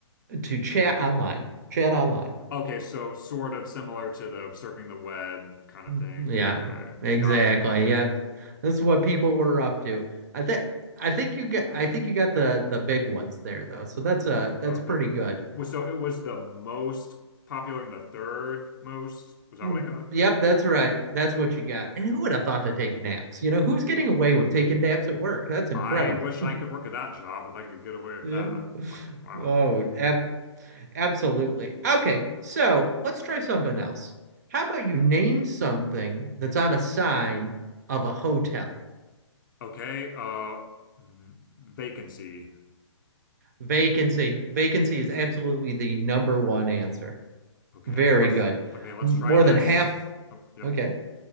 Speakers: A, on the right (about 35°); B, on the left (about 45°).
A: to chat online. Chat online.
B: Okay, so sort of similar to the surfing the web kind of
A: Mhm.
B: thing.
A: Yeah,
B: Okay,
A: exactly.
B: got it.
A: Yeah. This is what people were up to. I think I think you get I think you got the the big ones there though. So that's uh that's
B: Okay.
A: pretty good.
B: Was so it was the most popular and the third most. Was that
A: Mm,
B: what I got?
A: Yep, that's right. That's
B: Right.
A: what you got. And who would have thought to take naps? You know, who's getting away with taking naps at work? That's incredible.
B: I wish I could work at that job if I could get away with
A: Yeah.
B: that. I'm like, wow.
A: Oh, ab absolutely. Okay, so let's try something else. How about you name something that's on a sign of a hotel?
B: Okay, uh v- vacancy.
A: Vacancy. Vacancy is absolutely the number one answer.
B: Okay,
A: Very
B: let's
A: good.
B: okay, let's
A: M-
B: try
A: More
B: this.
A: than half.
B: Oh, yeah.
A: Okay.